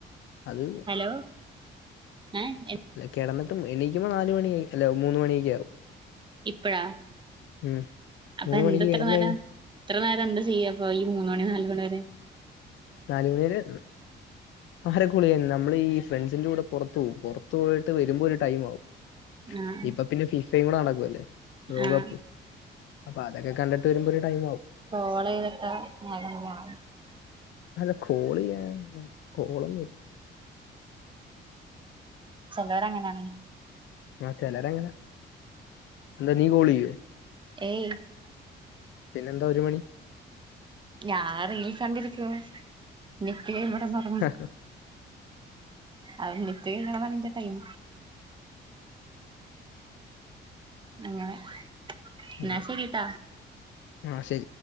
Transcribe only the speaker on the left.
അത്
അല്ല കെടന്നിട്ട് എണീക്കുമ്പോ നാല് മണിയായി അല്ല മൂന്ന് മണിയൊക്കെ ആവും.
ഉം
മൂന്ന്
മണിക്ക് കിടന്ന്
കഴിഞ്ഞ
നാല്മണിവരെ ആരെക്കുളിയൻ നമ്മൾ ഈ ഫ്രണ്ട്സിന്റൂടെ പൊറത്ത് പോവും പൊറത്ത് പോയിട്ട് വരുമ്പൊ ഒരു ടൈം ആവും
ഇപ്പൊ പിന്നെ ഫിഫേം കൂടെ നടക്കുവല്ലേ ലോകകപ്പ്
അപ്പൊ അതൊക്കെ കണ്ടിട്ട് വരുമ്പൊ ഒരു ടൈമാവും.
അല്ല കോൾ ചെയ്യാൻ എന്താ കോള്.
ആ ചിലര് അങ്ങനെയാ എന്താ നീ കോൾ ചെയ്യൂ.
പിന്നെന്താ ഒരു മണി
ആഹ്
ഉം.
ആ ശരി